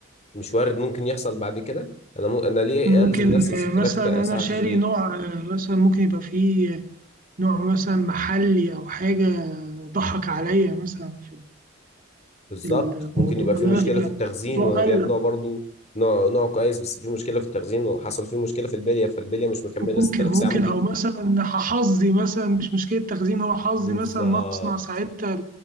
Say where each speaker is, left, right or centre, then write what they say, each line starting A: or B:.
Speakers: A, on the left; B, on the right.
A: مش وارد ممكن يحصل بعد كده انا مو... انا ليه
B: ممكن
A: الزم نفسي 6000
B: آه، مثلا
A: تا-
B: انا
A: ساعه
B: شاري
A: تشغيل
B: نوع آه، مثلا ممكن يبقى فيه نوع مثلا محلي او حاجه ضحك عليا مثلا في
A: بالظبط
B: الموضوع
A: ممكن يبقى في
B: ده
A: مشكله
B: فالموضوع
A: في التخزين وانا
B: قل
A: جايب نوع برضو نوع نوع كويس بس في مشكله في التخزين وحصل فيه مشكله في البليه فالبليه مش مكمله
B: ممكن
A: 6000
B: ممكن
A: ساعه ممكن
B: او مثلا حظي مثلا مش مشكله تخزين هو حظي
A: بالظبط
B: مثلا مصنع ساعتها